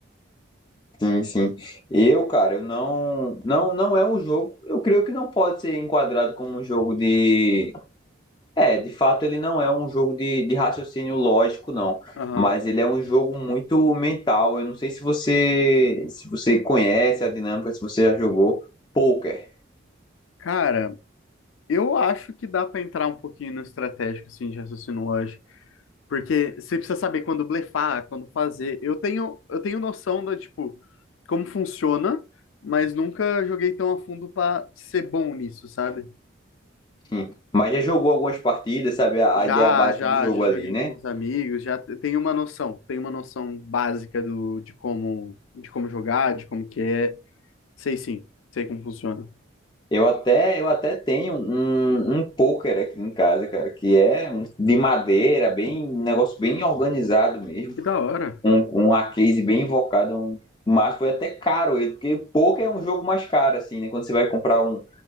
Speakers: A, on the left; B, on the left.
A: Sim, sim. Eu, cara, eu não, não, não é um jogo, eu creio que não pode ser enquadrado como um jogo de É, de fato ele não é um jogo de, de raciocínio lógico, não.
B: Aham.
A: Mas ele é um jogo muito mental. Eu não sei se você se você conhece a dinâmica, se você já jogou poker.
B: Cara, eu acho que dá pra entrar um pouquinho no estratégico, assim, de raciocínio lógico. Porque você precisa saber quando blefar, quando fazer. Eu tenho, eu tenho noção da, tipo, como funciona, mas nunca joguei tão a fundo pra ser bom nisso, sabe?
A: Hum. Mas já jogou algumas partidas, sabe? A,
B: Já,
A: a ideia básica
B: já,
A: do jogo
B: já joguei
A: ali, né?
B: com os amigos, já te- tenho uma noção, tenho uma noção básica do, de como, de como jogar, de como que é. Sei sim, sei como funciona.
A: Eu até, eu até tenho um, um poker aqui em casa, cara, que é um- de madeira, bem, um negócio bem organizado mesmo,
B: Que da hora.
A: um, um a case bem invocado, um- mas foi até caro ele, porque poker é um jogo mais caro, assim, né? Quando você vai comprar um,